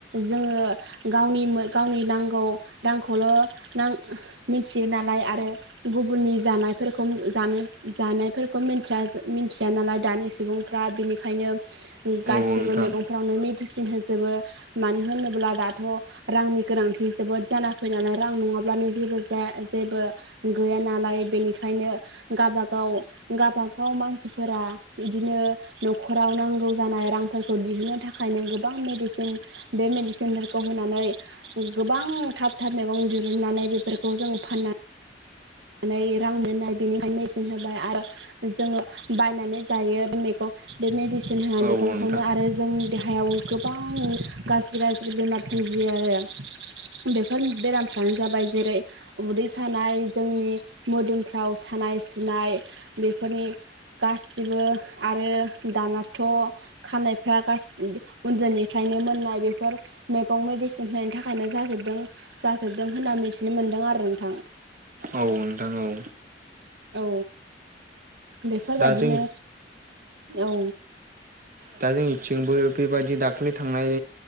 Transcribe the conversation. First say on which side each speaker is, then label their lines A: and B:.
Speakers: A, on the right (about 80°); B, on the right (about 45°).
A: जोङो गावनि गावनि नांगौ रांखौल' नां मिथियो नालाय आरो गुबुननि जानायफोरखौ जानो जानाय फोरखौ मोनथिया मोनथि - थिया नालाय दानि सुबुंफ्रा बिनिखायनो
B: औ
A: गासिबो
B: औ नोंथां
A: मेगंफ्रावनो मेडिसिन होजोबो मानो होनोब्ला दाथ' रांनि गोनांथि जोबोद जाना फैयो नालाय रां नङाब्लानो जेबो जाया जेबो गैया नालाय बेनिखायनो गाबागाव गाबागाव मानसिफोर फोरा बिदिनो न'खराव नांगौ जानाय रांफोरखौ दिहुननो थाखायनो गोबां मेडिसि सिन बे मेडिसिनफोरखौ होनानै गोबां थाब थाब मैगं दिरुननानै बेफोरखौ जों फाननानै नै रां मोननाय बेनिखायनो मेसेन होबाय आरो जोङो बायनानै जायो मैगं बे मेडिसिन होनाय
B: औ
A: मैगंखौनो
B: औ नोंथां
A: आरो जोंनि देहायाव गोबां गाज्रि गाज्रि बेमार सोमजियो आरो बेफोर बेरामफ्रानो जाबाय जेरै उदै सानाय जोंनि मोदोमफ्राव सानाय सुनाय बेफोरनि गासिबो आरो दानाथ' खानायफ्रा गासै उनदैनिफ्रायनो मोननाय बेफोर मैगं मेडिसिन होनायनि थाखायनो जाजोबदों जाजोबदों होनना मिथिनो मोनदों आरो नोंथां
B: औ नोंथां औ
A: औ बेफोरबायदिनो
B: दा जों
A: औ
B: दा जोंनिथिंबो बेबायदि दाख्लै थांनाय